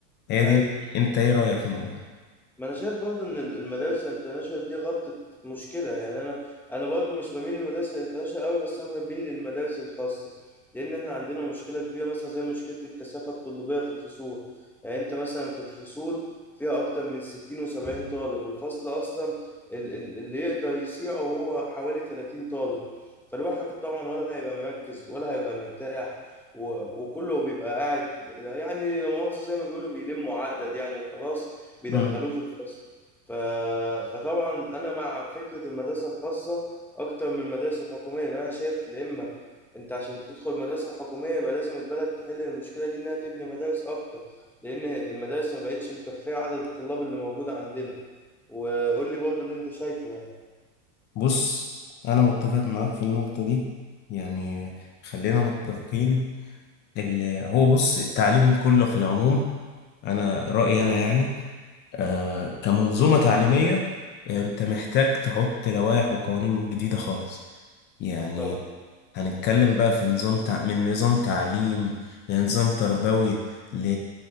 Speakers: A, on the left; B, in the centre.
A: هي
B: أيوه
A: دي انت ايه رأيك في الموضوع
B: ما انا شايف برضو ان المدارس الانترناشونال دي غطت مشكله يعني انا انا برضو مش بميل للمدارس الانترناشونال قوي بس انا بميل للمدارس الخاصه لان احنا عندنا مشكله كبيره مثلا زي مشكله الكثافه الطلابيه في الفصول يعني انت مثلا في الفصول فيها اكتر من 60 و70 طالب والفصل اصلا ال- ال- اللي يقدر يسيعه هو حوالي 30 طالب فالواحد طبعا ولا هيبقى مركز ولا هيبقى مرتاح و- وكله بيبقى قاعد يعني لا مؤاخذة زي ما بيقولوا بيلموا عدد يعني وخلاص بيدخلوه
A: مم.
B: في الفصل ف... فطبعا انا مع فكره المدرسه الخاصه اكتر من المدارس الحكوميه لان انا شايف يا اما انت عشان تدخل مدرسه حكوميه يبقى لازم البلد تحل المشكله دي انها تبني مدارس اكتر لان المدارس ما بقتش مكفيه عدد الطلاب اللي موجوده عندنا وقول لي برضو اللي انت شايفه يعني
A: بص انا متفق معاك في النقطة دي يعني خلينا متفقين اللي هو بص التعليم كله في العموم انا رأيي انا يعني آه كمنظومة تعليمية آه، انت محتاج تحط لوائح وقوانين جديدة خالص يعني
B: طبعا
A: هنتكلم بقى في نظام تع... من نظام تعليم لنظام تربوي ل...